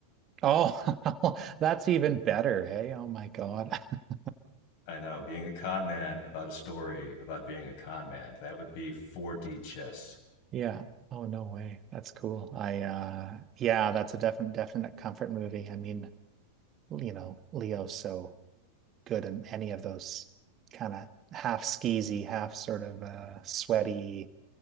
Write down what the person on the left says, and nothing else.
I know, being a con man about a story about being a con man, that would be 4D chess.